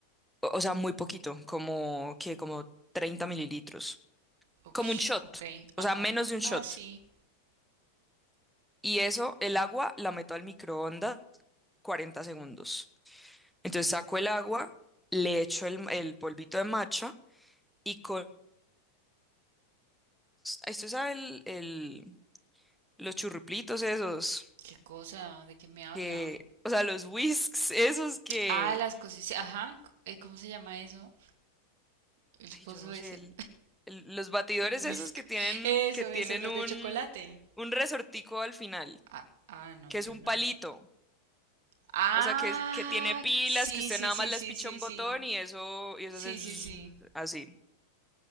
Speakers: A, in the centre; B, on the right.
A: o, o sea, muy poquito, como que como 30 mililitros,
B: ush,
A: como un shot,
B: ok,
A: o
B: ajá.
A: sea, menos de un shot.
B: Ah, sí.
A: Y eso, el agua la meto al microondas 40 segundos. Entonces saco el agua, le echo el, el polvito de matcha y con... Esto sabe el, el- los churruplitos esos
B: ¿Qué cosa? ¿De qué me habla?
A: que... O sea, los whisks esos que...
B: Ah, las cosas, sí, ajá, eh, ¿cómo se llama eso? El
A: Ay,
B: coso
A: yo no sé,
B: ese,
A: el- el- los batidores
B: el whisk.
A: esos que tienen,
B: Eso,
A: que tienen
B: eso, los
A: un,
B: de chocolate.
A: un resortico al final,
B: Ah, ah, no,
A: que es
B: tú
A: un
B: no.
A: palito.
B: Ah,
A: O sea, que, que tiene pilas,
B: sí,
A: que usted
B: sí,
A: nada
B: sí,
A: más les
B: sí,
A: picha
B: sí,
A: un
B: sí.
A: botón y eso, y eso
B: Sí,
A: hace zzzz,
B: sí, sí.
A: así.